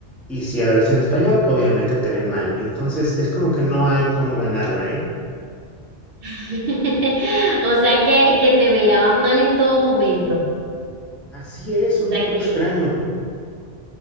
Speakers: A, in the centre; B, on the right.
A: Y si hablas en español, obviamente te ven mal. Entonces es como que no hay cómo ganarla, ¿eh?
B: <laughs> O sea que, que te miraban mal en todo momento. O
A: Así es, un
B: sea
A: poco extraño.
B: que,